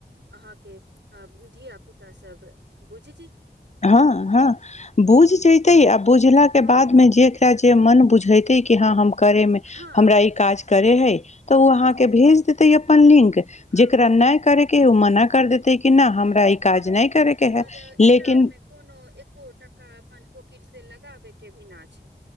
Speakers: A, on the right (about 85°); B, on the left (about 40°).
A: अहाँके अ धिय पुता सब बुझजी
B: हँ हँ बूझ जतै आ बूझ बझाक के
A: हँ
B: बाद मे जेकरा जे मन बुझेते कि हँ हम करे मे
A: हँ
B: हमरा ई काज करे हे तऽ ओ
A: हँ
B: अहाँके भेज तै अपन लिंक
A: हँ
B: जेकरा नहि करेके ओ मना कर कर दत कि नहि
A: बस
B: हमरा ई काज
A: हँ
B: नहि करयके है
A: आओर एकरा
B: लेकिन
A: आरमे कोनो एको टका अपन पॉकेिट से लगाबे के भिना छै